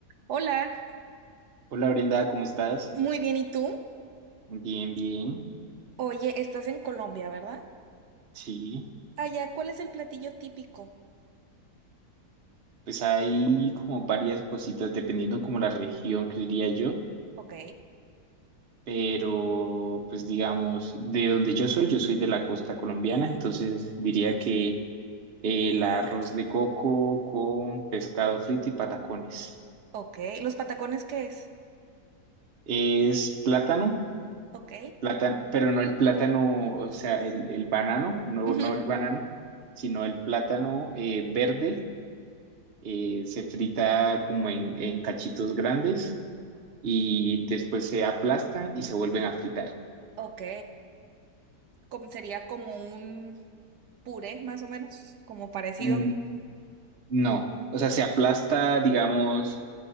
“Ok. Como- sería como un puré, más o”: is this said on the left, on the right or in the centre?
Right